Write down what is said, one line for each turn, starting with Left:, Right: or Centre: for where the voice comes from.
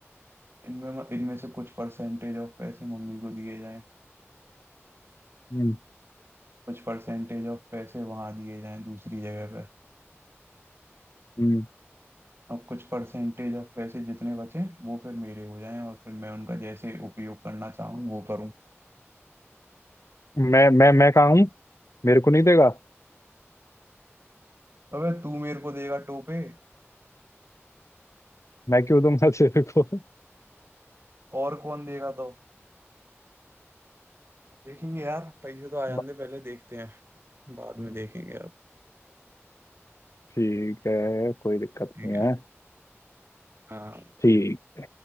Right: इनमें इनमें से कुछ परसेंटेज ऑफ पैसे मम्मी को दिए जाएं
Left: हम्म
Right: कुछ परसेंटेज ऑफ पैसे वहां दिए जाएं दूसरी जगह पर
Left: हम्म।
Right: और कुछ परसेंटेज ऑफ पैसे जितने बचे वो फिर मेरे हो जाएं और फिर मैं उनका जैसे उपयोग करना चाहूँ वो करूँ
Left: मैं मैं मैं कहाँ हूँ मेरे को नहीं देगा
Right: अबे तू मेरे को देगा टोपे
Left: मैं क्यों दूंगा तेरे को
Right: और कौन देगा तो देखेंगे यार पैसे
Left: <laughs>
Right: तो आ जाने
Left: ब-
Right: दे, पहले देखते हैं बाद में देखेंगे अब
Left: ठीक है कोई दिक्कत
Right: ठीक
Left: नहीं
Right: है
Left: है
Right: हाँ
Left: ठीक
Right: ठीक।